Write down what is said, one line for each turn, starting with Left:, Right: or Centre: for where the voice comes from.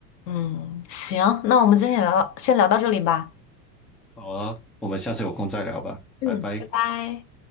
Left: 嗯，行，那我们今天聊到先聊到这里吧。
Centre: 好啊，我们下次有空再聊吧，
Left: 嗯，
Centre: 拜拜。
Left: 拜拜。